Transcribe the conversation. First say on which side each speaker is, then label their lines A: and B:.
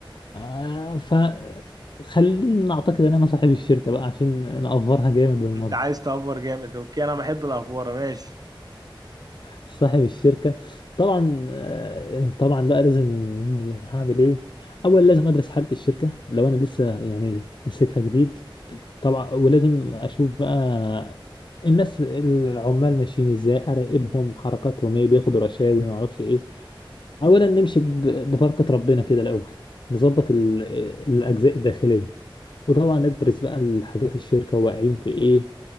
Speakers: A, on the left; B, on the right.
A: آه فخليني نعتقد ان انا صاحب الشركة بقى عشان نأفرها جامد بالمرة
B: انت عايز تافور جامد اوكي انا بحب الافوره ماشي
A: صاحب الشركة طبعا آه، طبعا بقى لازم هعمل ايه اول لازم ادرس حالة الشركة لو انا لسه يعني ماسكها جديد طبعا ولازم اشوف بقى الناس العمال ماشيين ازاي اراقبهم حركاتهم ايه بياخدوا رشاوي ما اعرفش ايه اولا نمشي ب- ببركة ربنا كده الاول نظبط ال- الاجزاء الداخلية وطبعا ندرس بقى الحاجات الشركة واقعين في ايه